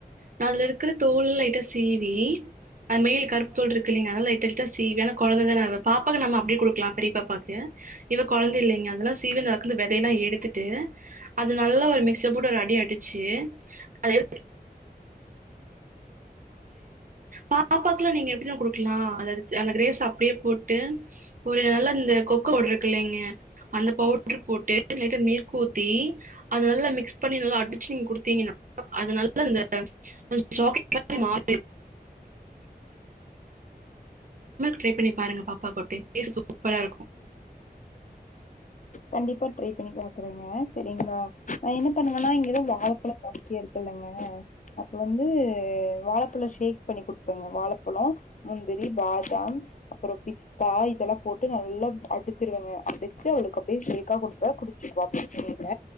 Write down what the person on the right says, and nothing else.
நான் அதுல இருக்குற தோல் லையிட்டா சீவி அது மேல் கருப் தோல் இருக்கு இல்லைங்க அதுலா லைட் லைட்டா சீவி ஆனா கொழந்த தான அவ பாப்பாக்கு நம்ம அப்டியே குடுக்கலா பெரிய பாப்பாக்கு <unintelligible> இவ கொழந்த இல்லங்க அதல்லா சீவி அந்த வேதயெல்லா எடுத்துட்டு அது நல்ல ஒரு மிக்சில போட்டு ஒரு அடி அடிச்சி அத பாபாக்குலா நீங்க எப்டி தெரியுமா குடுக்களா அது அந்த கிரேப்ஸ் அப்டியே போட்டு ஒரு நல்ல இந்த பவுடரு இருக்கு இலைங்க அந்த பவுடர் போட்டு லைட்டா மில்க் ஊத்தி அத நல்லா மிக்ஸ் பண்ணி நல்லா அடிச்சு குடுதிங்கன்னா அது நல்லா அந்த சாக்லெட் மாரி ட்ரை பண்ணி பாருங்க பாப்பாக்கு ஒரு டைம் டேஸ்ட் சூப்பரா இருக்கும்